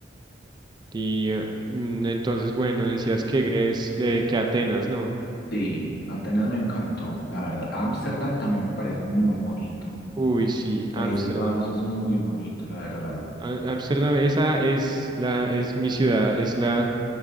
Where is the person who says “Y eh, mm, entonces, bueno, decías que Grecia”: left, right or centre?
Right